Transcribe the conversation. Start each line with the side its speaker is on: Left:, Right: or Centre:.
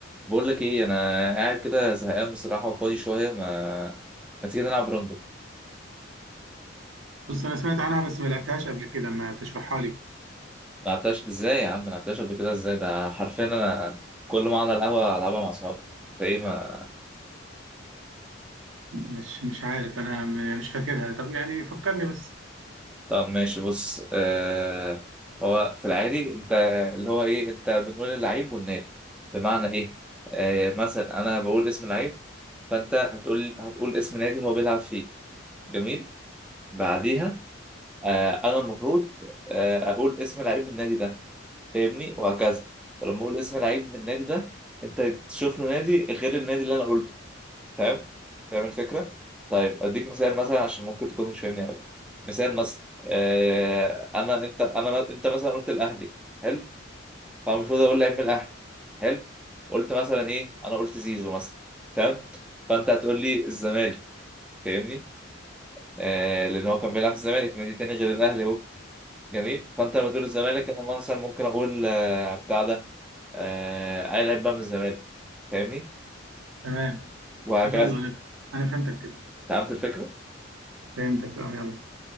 Centre: بقول لك ايه انا قاعد كده زهقان بصراحه وفاضي شويه ما ما تيجي نلعب روندو
Right: بص انا سمعت عنها بس ما لعبتهاش قبل كده ما تشرحها لي
Centre: ما لعبتهاش ازاي يا عم ما لعبتهاش قبل كده ازاي ده حرفيا انا كل ما اقعد على القهوه العبها مع اصحابي ده ايه ما
Right: مش مش عارف انا م- مش فاكرها طب يعني فكرني بس
Centre: طب ماشي بص آه... هو في العادي انت اللي هو ايه انت بنقول اللعيب والنادي بمعنى ايه آه... مثلا انا بقول اسم لعيب فانت هتقول هتقول اسم نادي هو بيلعب فيه جميل بعديها آه... انا المفروض آه... اقول اسم لعيب النادي ده فاهمني وهكذا فلما بقول اسم لعيب من النادي ده انت تشوف له نادي غير النادي اللي انا قلته تمام فاهم الفكره طيب اديك مثال مثلا عشان ممكن تكون مش فاهمني قوي مثال مثلا آه انا انت انا انت مثلا قلت الاهلي حلو فالمفروض اقول لعيب من الاهلي حلو قلت مثلا ايه انا قلت زيزو مثلا تمام فانت هتقول لي الزمالك فاهمني آه لان هو كان بيلعب في الزمالك نادي تاني غير الاهلي هو جميل فانت لو تقول الزمالك انا مثلا ممكن اقول آه، بتاع ده آه، اي لعيب بقى من الزمالك فاهمني
Right: تمام
Centre: وهكذا
Right: طب يلا انا انا فهمتك كده
Centre: فهمت الفكره
Right: فهمتك اه يلا